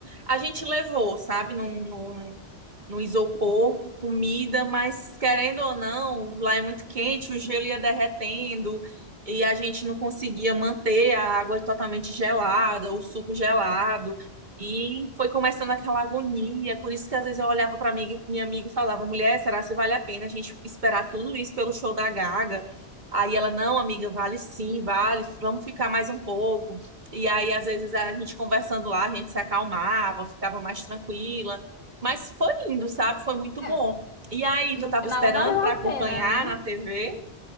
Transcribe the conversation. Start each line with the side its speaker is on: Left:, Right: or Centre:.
Right: a gente levou, sabe? Não, não, no isopor, comida, mas querendo ou não, lá é muito quente, o gelo ia derretendo e a gente não conseguia manter a água totalmente gelada, o suco gelado. E foi começando aquela agonia, por isso que às vezes eu olhava para minha minha amiga e falava: mulher, será que vale a pena a gente esperar tudo isso pelo show da Gaga? Aí ela: não, amiga, vale sim, vale, vamos ficar mais um pouco. E aí, às vezes, a gente conversando lá, a gente se acalmava, ficava mais tranquila mas foi lindo, sabe? Foi muito
Left: É,
Right: bom. E aí,
Left: no
Right: tu tava
Left: final
Right: esperando
Left: valeu
Right: pra
Left: a
Right: acompanhar
Left: pena, né?
Right: na TV?